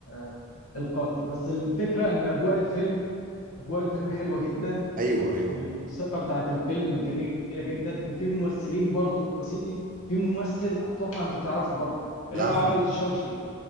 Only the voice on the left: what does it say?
آه، القاتل بس الفكرة إن أجواء الفيلم أجواء الفيلم حلوة جدا
والموسيقى بتاعت الفيلم جميلة جدا وفي ممثلين برضه كويسين في ممثل أتوقع أنت تعرفه برضه اللي
هو عمل شوشنج